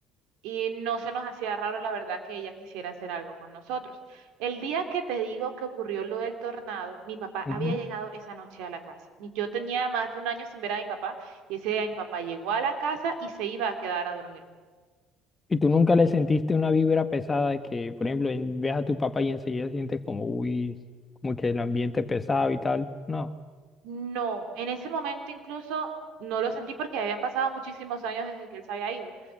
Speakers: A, on the right; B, on the left.
A: y no se nos hacía raro la verdad que ella quisiera hacer algo con nosotros. El día que te digo que ocurrió lo del tornado, mi papá
B: Ujú.
A: había llegado esa noche a la casa. Y Yo tenía más de un año sin ver a mi papá y ese día mi papá llegó a la casa y se iba a quedar a dormir.
B: Y tú nunca le sentiste una vibra pesada de que, por ejemplo, en- ves a tu papá y enseguida sientes como, uy, como que el ambiente pesado y tal. No.
A: No, en ese momento incluso no lo sentí porque habían pasado muchísimos años desde que él se había ido.